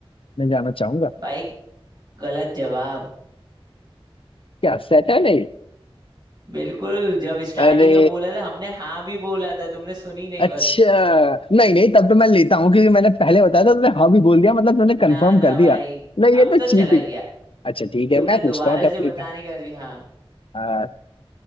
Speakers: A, on the left; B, on the right.
A: मैं जाना चाहूंगा
B: भाई गलत जवाब
A: क्या सैटर्न है ये
B: बिल्कुल जब स्टार्टिंग
A: अरे
B: में बोला था हमने हाँ भी बोला था तुमने सुनी नहीं
A: अच्छा
B: बस
A: नहीं नहीं तब तो मैं लेता हूँ क्योंकि मैंने पहले बताया था तुमने हाँ भी बोल दिया मतलब तुमने
B: ना
A: कंफर्म
B: ना
A: कर दिया
B: भाई
A: नहीं ये
B: अब
A: तो
B: तो
A: चीटिंग
B: चला गया
A: अच्छा ठीक है
B: तुमने
A: मैं
B: दोबारा
A: पूछता हूँ तब
B: से बताने
A: ठीक है
B: के बाद भी हाँ
A: अ,